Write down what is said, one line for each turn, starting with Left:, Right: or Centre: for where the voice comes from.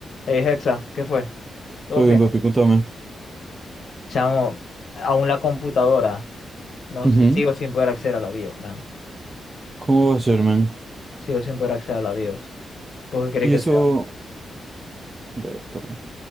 Left: Hey, Hexa, ¿qué fue? ¿Todo
Right: Todo
Left: fino?
Right: bien, papi, contame.
Left: Chamo, aún la computadora, no
Right: Ujú.
Left: sé, sigo sin poder acceder a la BIOS, man.
Right: ¿Cómo va a ser, man?
Left: Sigo sin poder acceder a la BIOS. ¿Por qué crees
Right: Y
Left: que
Right: eso,
Left: sea?
Right: vértale,